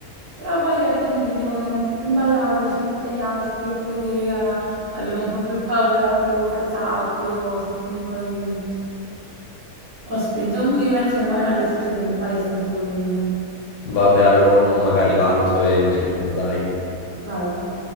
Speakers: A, on the right; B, on the left.
A: però poi, capito, mi vedevo che ero un po' più imballata rispetto agli altri, oppure che eh, avevo un po' più paura quando dovevo fare i salti, le cose, quindi poi mm, ho spinto. Comunque io penso che mamma mi vada a iscrivere in palestra se vuoi venire,
B: Vabbè, allora mo- mo magari valuto e vedremo, dai.
A: valuta.